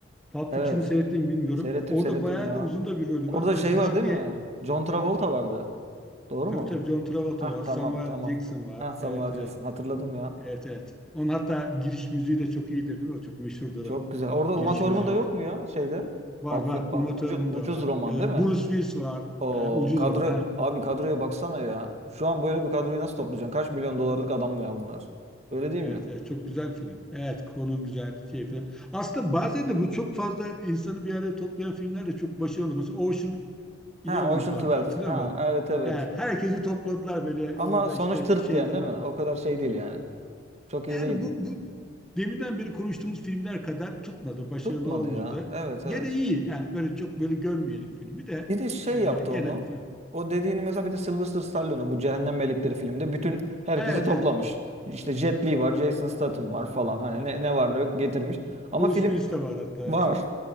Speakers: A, in the centre; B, on the right.
A: Pulp
B: Evet.
A: Fiction'ı seyrettiğimi bilmiyorum.
B: Seyrettim
A: Orada
B: seyrettim
A: bayağı
B: ya.
A: da uzun da bir rolü
B: Orada
A: var. Böyle
B: şey
A: gıcık
B: var değil
A: bir
B: mi? John Travolta vardı. Doğru
A: Tabii
B: mu?
A: tabii John Travolta
B: Hah
A: var,
B: tamam
A: Samuel
B: tamam.
A: Jackson var.
B: Hah Samuel
A: Evet, evet,
B: L. Jackson. Hatırladım ya.
A: evet, evet. Onun hatta giriş müziği de çok iyidir değil mi? O çok meşhurdur
B: Çok
A: o.
B: güzel. Orada
A: Bir giriş
B: Uma Thurman
A: müziği
B: da yok
A: var.
B: mu ya şeyde?
A: Var
B: Pap,
A: var.
B: pap,
A: Uma
B: ucuz,
A: Thurman
B: ucuz
A: da var.
B: roman
A: Ee,
B: değil mi?
A: Bruce Willis var.
B: O
A: Ha, ucuz
B: kadro
A: zaman. Ha.
B: abi kadroya baksana ya. Şu an böyle bir kadroyu nasıl toplayacaksın? Kaç milyon dolarlık adam mı ya bunlar? Öyle değil
A: Evet,
B: mi?
A: evet çok güzel film. Evet konu güzel şey film. Aslında bazen de bu çok fazla insanı bir araya toplayan filmler de çok başarılı. Mesela Ocean Eleven
B: Ha Ocean
A: vardı
B: 12.
A: hatırlıyor
B: Ha
A: musun?
B: evet evet.
A: He, herkesi topladılar böyle
B: Ama
A: orada
B: sonuç
A: işte
B: tırt
A: şeyden.
B: diyen değil mi? O kadar şey değil yani. Çok
A: Yani
B: iyi değil.
A: bu, bu deminden beri konuştuğumuz filmler kadar tutmadı, başarılı
B: Tutmadı
A: olmadı.
B: ya. Evet evet.
A: Gene iyi yani böyle çok böyle gömmeyelim filmi de
B: Bir de şey
A: e,
B: yaptı
A: gene.
B: onu.
A: <laughs>
B: O dediğini mesela bir de Sylvester Stallone'a bu Cehennem Melekleri filmde bütün herkesi
A: Evet
B: toplamış.
A: evet
B: İşte Jet Li var, Jason Statham var falan. Hani ne, ne var ne yok getirmiş. Ama
A: Bruce
B: film
A: Willis de var hatta.
B: var.
A: Evet.